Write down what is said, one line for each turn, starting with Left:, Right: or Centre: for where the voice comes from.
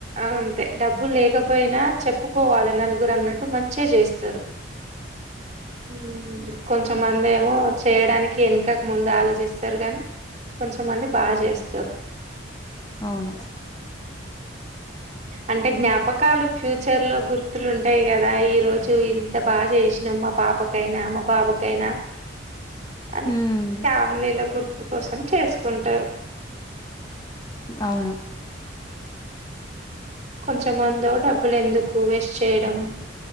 Right: అంతే డబ్బు లే కపోయినా చెప్పుకోవాలె నలుగురు అన్నట్టు మంచిేగ చేస్తారు ఉమ్ కొంచ్ కొంతమందేమో చేయడానికి వెనకక ముందు ఆలోచిస్తారు గాని కొంచమంది బాగ చేస్తారు
Left: అవును
Right: అంటే జ్ఞాపకాలు ఫ్యూచర్ లో గుర్తు లుంటాయి కదా ఈ రోజు చు ఇంత బాగా చేసినాం మా పాపకైనా మా బాబుకైనా అద
Left: ఉమ్
Right: ఫ్యామ్లీలో గుర్తు కోసం చేసుకుంటారు
Left: అవును
Right: కొంచెంమంద డబ్బులు ఎందుకు వేస్ట్ చేయడం